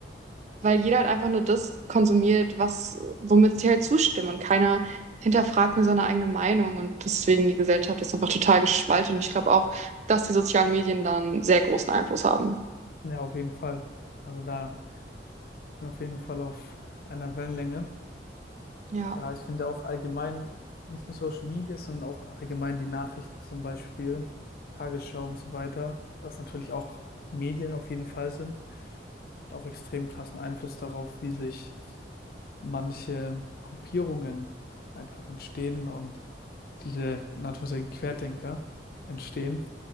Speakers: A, on the right (about 40°); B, on the left (about 55°).
A: weil jeder halt einfach nur das konsumiert, was, womit sie halt zustimmen und keiner hinterfragt nur seine eigene Meinung und deswegen die Gesellschaft ist einfach total gespalten und ich glaube auch, dass die sozialen Medien da einen sehr großen Einfluss haben.
B: Ja, auf jeden Fall. Also da bin ich auf jeden Fall auf einer Wellenlänge.
A: Ja,
B: Ja, ich finde auch allgemein, nicht nur Social Media, sondern auch allgemein die Nachrichten zum Beispiel, die Tagesschau und so weiter, was natürlich auch Medien auf jeden Fall sind, hat auch extrem krassen Einfluss darauf, wie sich manche Gruppierungen einfach entstehen und diese, in Anführungszeichen, Querdenker entstehen,